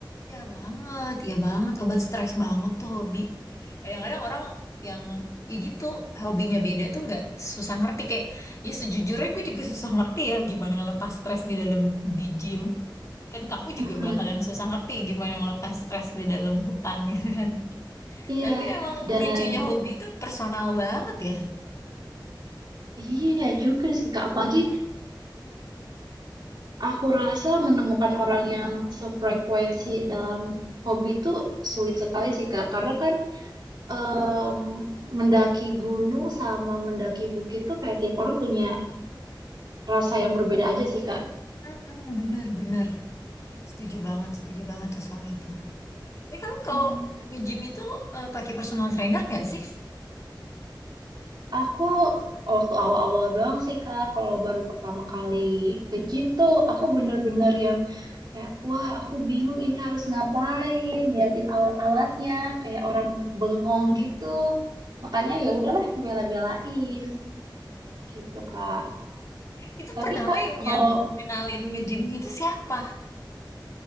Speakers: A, on the left; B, on the right.
A: Iya banget, iya banget. Obat stres banget tuh hobi. Kadang-kadang orang yang ya gitu hobinya beda tuh nggak susah ngerti kayak ya sejujurnya gue juga susah ngerti ya gimana ngelepas stres di dalam di gym. kan kamu
B: Mm-mm.
A: juga bakalan susah ngerti gimana ngelepas stres di dalam hutan <laughs> gitu kan.
B: Iya,
A: Tapi emang
B: dan
A: lucunya hobi itu personal banget ya.
B: iya juga sih Kak. Apalagi Aku rasa menemukan orang yang sefrekuensi dalam hobi itu sulit sekali sih Kak, karena kan em, mendaki gunung sama mendaki bukit tuh kayak tiap orang punya rasa yang berbeda aja sih Kak.
A: Mm-mm, Bener-bener. Setuju banget, setuju banget tuh soal itu. Tapi kamu kalau
B: Hmm.
A: nge-gym itu eh, pakai personal trainer nggak sih?
B: Aku waktu awal-awal doang sih Kak, kalau baru pertama kali ke gym tuh aku bener-bener yang Kayak, wah aku bingung ini harus ngapain, liatin alat-alatnya, kayak orang bengong gitu. Makanya
A: Hmm,
B: ya udahlah bela-belain gitu, Kak.
A: itu
B: Tapi
A: pertama
B: Kak,
A: yang,
B: kalau
A: yang ngenalin nge-gym gitu siapa?